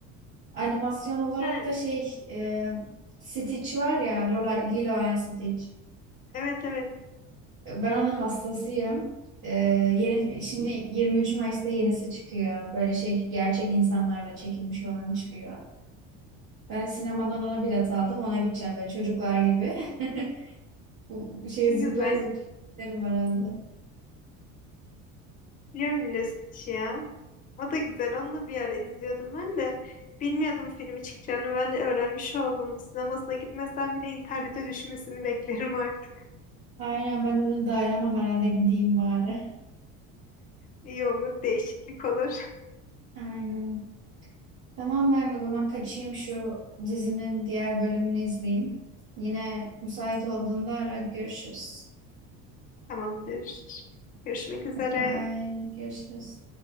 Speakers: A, on the right; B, on the left.
A: Animasyon olarak
B: Yani
A: da şey e, Stitch var ya Lola, Lilo and Stitch.
B: evet evet. <laughs>
A: Ben onun hastasıyım. E, yeni şimdi 23 Mayıs'ta yenisi çıkıyor. Böyle şey gerçek insanlarla çekilmiş olan çıkıyor. Ben de sinemadan ona bilet aldım. Ona gideceğim böyle çocuklar gibi. <laughs> Bu Şey
B: Ne
A: zıplaya
B: güzel.
A: zıplaya giderim herhalde.
B: Biliyorum Lost'u ya. O da güzel. Onu da bir ara izliyordum ben de. Bilmiyordum filmi çıkacağını. Ben de öğrenmiş oldum. Sinemasına gitmesem bile internete düşmesini beklerim artık.
A: Aynen ben dedim dayanamam herhalde gideyim bari.
B: İyi olur. Değişiklik olur.
A: <laughs> Aynen. Tamam ben o zaman kaçayım şu dizinin diğer bölümünü izleyeyim. Yine müsait olduğunda ara görüşürüz.
B: <laughs> Tamamdır. Görüşmek üzere.
A: Bye, görüşürüz.